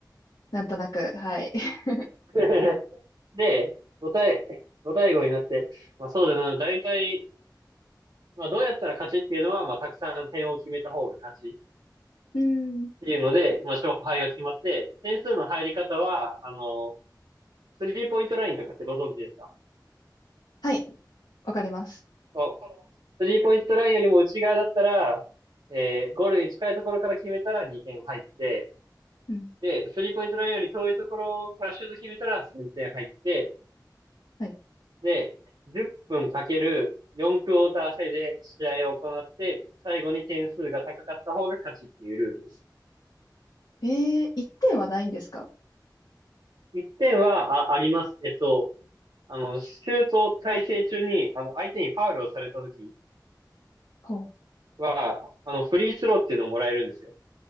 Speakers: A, on the left (about 70°); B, on the right (about 80°).
A: なんとなく、はい。<laughs>
B: <laughs> で、ご対ご対語になって、まあそうだな、大体、まあどうやったら勝ちっていうのは、まあたくさん点を決めた方が勝ちっ
A: うん。
B: ていうので、まあ勝敗が決まって、点数の入り方は、あの、スリーポイントラインとかってご存知ですか
A: はい、わかります。
B: あります。スリーポイントラインよりも内側だったら、えーゴールに近いところから決めたら2点入って、
A: うん。
B: で、スリーポイントラインより遠いところからシュート決めたら3点入って、
A: はい。
B: で、10分かける4クォーター制で試合を行って、最後に点数が高かった方が勝ちっていうルールです。
A: えー、1点はないんですか
B: 1点は、あ、あります。えっと、あの、シュート体制中に、あの、相手にファウルをされた時
A: ほう。
B: は、あの、フリースローっていうのをもらえるんですよ。